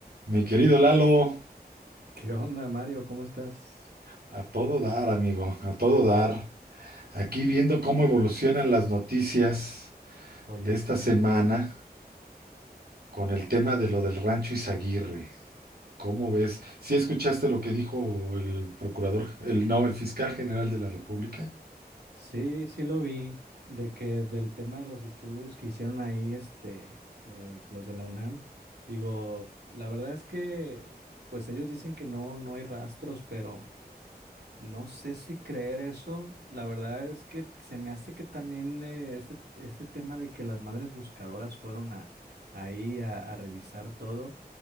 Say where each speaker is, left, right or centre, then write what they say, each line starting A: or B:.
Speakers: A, on the right; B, on the right.
A: Mi querido Lalo,
B: ¿Qué onda, Mario? ¿Cómo estás?
A: a todo dar, amigo, a todo dar. Aquí viendo cómo evolucionan las noticias
B: Oye,
A: de esta
B: sí.
A: semana con el tema de lo del rancho Izaguirre. ¿Cómo ves? ¿Sí escuchaste lo que dijo el procurador, el no, el fiscal general de la República?
B: Sí, sí lo vi, de que del tema de los estudios que hicieron ahí, este, eh, los de la UNAM, digo, la verdad es que, pues ellos dicen que no, no hay rastros, pero no sé si creer eso. La verdad es que se me hace que también eh, ese, ese tema de que las madres buscadoras fueron a, ahí a, a revisar todo,